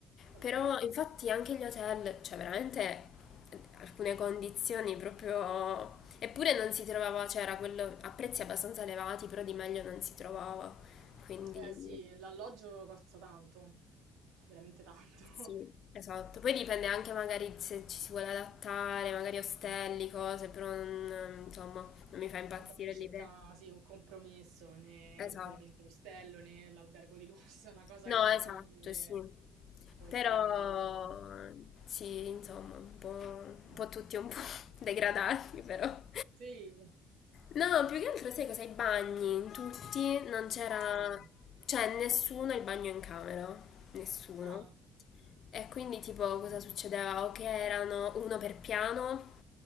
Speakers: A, on the right; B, on the left.
A: ok.
B: però infatti anche gli hotel, cioè veramente eh, alcune condizioni proprio... Eppure non si trovava, cioè era quello a prezzi abbastanza elevati, però di meglio non si trovava, quindi
A: Eh sì, l'alloggio costa tanto, veramente tanto.
B: sì, esatto. Poi dipende anche magari se ci si vuole adattare, magari ostelli,
A: <laughs>
B: cose, però non, insomma, non mi fa impazzire
A: Vabbè, uno cerca
B: l'idea.
A: sì, un compromesso, né
B: Esatto.
A: veramente l'ostello né l'albergo di lusso, <laughs> è una cosa
B: No,
A: che bene
B: esatto,
A: o male
B: sì.
A: puoi
B: Però
A: stare un po' di tempo.
B: sì, insomma, un po', un
A: Mm.
B: po' tutti un po' <laughs> degradati, però.
A: Sì,
B: No, più che altro sai cosa? I bagni, in tutti non c'era,
A: eh.
B: cioè nessuno ha il bagno in camera, nessuno.
A: Ah,
B: E quindi tipo
A: quindi,
B: cosa succedeva? O che erano uno per piano,